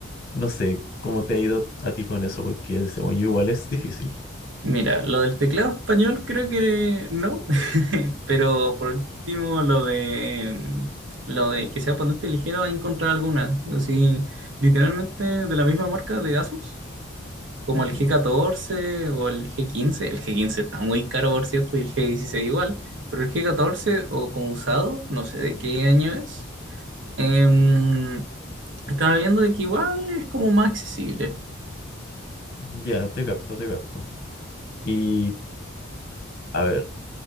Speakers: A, on the left; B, on the right.
A: No sé cómo te ha ido a ti con eso, porque según yo igual es difícil.
B: Mira, lo del teclado español creo que no, <laughs> pero por último lo de lo de que sea ponente ligero, he encontrado algunas, así literalmente de la misma marca de Asus. como
A: Ujú.
B: el G14 o el G15. El G15 está muy caro, por cierto, y el G16 igual. Pero el G14 o como usado, no sé de qué año es. em, estaba viendo de que igual es como más accesible.
A: Ya, te capto, te capto. Y, a ver.